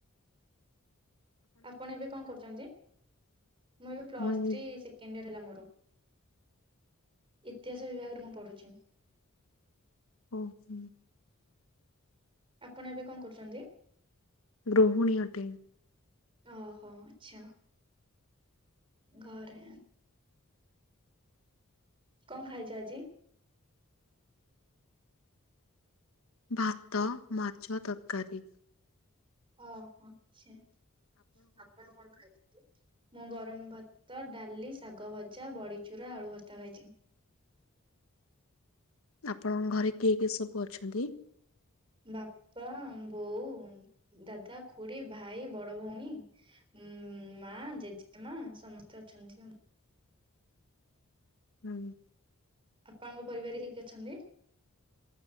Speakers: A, on the right; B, on the left.
A: ଆପଣ ଏବେ କଣ କରୁଛନ୍ତି ମୁଁ ଏବେ ପ୍ଲସ୍
B: ମୁଇଁ
A: ଥ୍ରୀ ସେକେଣ୍ଡ ୟିଅର ହେଲା ମୋର ଇତିହାସ ବିଭାଗରେ ମୁଁ ପଢୁଛି।
B: ଓ ହୁଁ।
A: ଆପଣ ଏବେ କଣ କରୁଛନ୍ତି?
B: ଗୃହିଣୀ ଅଟେ।
A: ଓହୋ ଆଚ୍ଛା। ଘରେ କଣ ଖାଇଛ ଆଜି।
B: ଭାତ ମାଛ ତରକାରୀ।
A: ଓହୋ ଚ୍ଛା ଆପଣ କଣ ଖାଇଛ? ମୁଁ ଗରମ ଭାତ, ଡାଲି, ଶାଗ ଭଜା, ବଡ଼ିଚୁରା, ଆଳୁ ଭର୍ତା ଖାଇଛି।
B: ଆପଣଙ୍କ ଘରେ କିଏ କିଏ ସବୁ ଅଛନ୍ତି?
A: ବାପା ବୋଉ ଦାଦା, ଖୁୁଡୀ, ଭାଇ, ବଡ ଭଉଣୀ ଉଁ ମା ଜେଜେ ମା ସମସ୍ତେ ଅଛନ୍ତି ଆଉ।
B: ହୁଁ।
A: ଆପଣଙ୍କ ପରିବାର ରେ କିଏ କିଏ ଅଛନ୍ତି?